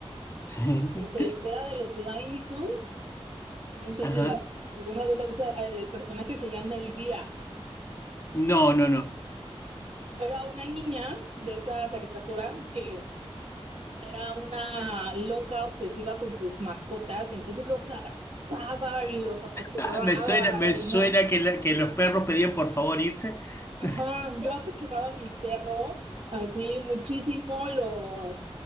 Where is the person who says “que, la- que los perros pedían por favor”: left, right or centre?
Left